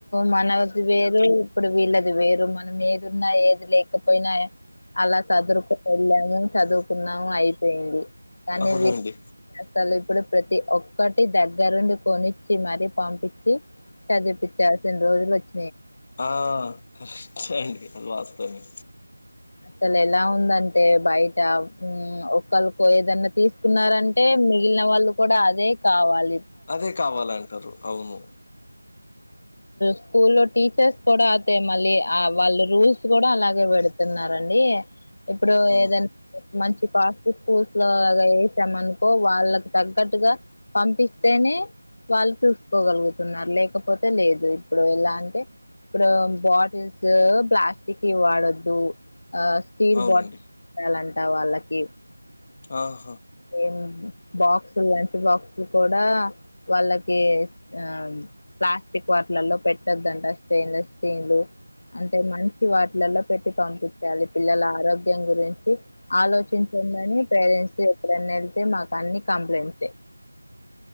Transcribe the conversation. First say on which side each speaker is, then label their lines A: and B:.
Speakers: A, on the left; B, on the left.
A: మనది వేరే ఇప్పుడు వీళ్ళది వేరు మనం ఏదున్నా ఏది లేకపోయినా అలా సదురుకొ వెళ్ళాము చదువుకున్నాము, అయిపోయింది. కానీ
B: అవునండి
A: వి అసల్ ఇప్పుడు ప్రతి ఒక్కటి దగ్గరుండి కొని చ్చి మరి పంపిచ్చి చదిపిచ్చాల్సిన రోజులు వచ్
B: ఆ కరెక్టే అండి అది వాస్తవమే
A: అసల్ ఎలా ఉందంటే బైట మ్ ఒకల్కో ఏదన్న తీసుకున్నారంటే మిగి లిన వాళ్ళు కూడా అదే కావాల్
B: అదే కావాలంటరు అవును.
A: స్కూల్లో టీచర్స్ కూడా అతే మళ్ళీ ఆ వాళ్ళు రూల్స్ కూడా అలాగే పెడుతున్నారం డీ ఇప్పుడు
B: ఉమ్,
A: ఏదన్న మంచి కాస్ట్లీ స్కూల్ లో అలా ఏసామనుకో వాళ్ళక్ తగ్గట్టుగా పంపిస్తేనే వాళ్ళు చూస్కోగలుగుతున్నారు లేకపోతే లేదు ఇప్పుడు ఎలా అంటే ఇప్పుడు బాటిల్స్ ప్లాస్టికీ వాడద్దు. ఆ స్టీల్
B: అవునండి
A: బాటిల్ పెట్టాలంట వాళ్ళకి
B: ఆహా
A: ఏం బాక్సులు లంచ్ బాక్సులు కూడా వాళ్ళకి ఆ ప్లాస్టిక్ వాాటిలల్లో పెట్టద్దంట స్టెయిన్లెస్ స్టీన్లు అంటే మంచి వాటిలలో పెట్టి పంపిచ్చాలి. పిల్లల ఆరోగ్యం గురించి ఆలోచించ ఉందని పేరెంట్స్ డే ఎప్పుడన్న ఎళ్తే మాక్ అన్ని కంప్లైంట్సే